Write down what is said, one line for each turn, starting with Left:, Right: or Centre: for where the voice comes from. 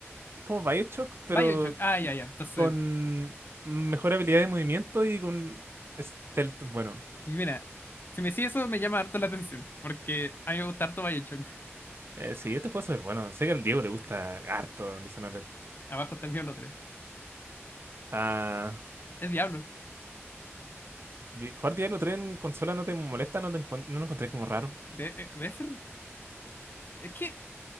Right: es como BioShock, pero
Left: BioShock, ah, ya, ya. Entonces,
Right: con mejor habilidad de movimiento y con stealth. Bueno,
Left: y mira, si me decís eso me llama harto la atención, porque a mí me gusta harto BioShock.
Right: eh, sí, este juego es súper bueno. Sé que al Diego le gusta harto Dishonored.
Left: Abajo está el Diablo tres
Right: Ah.
Left: Es Diablo.
Right: Di- Jugar Diablo 3 en consola no te molesta, no te encuent- no lo encontré como raro.
Left: De- eh, debe ser. Es que,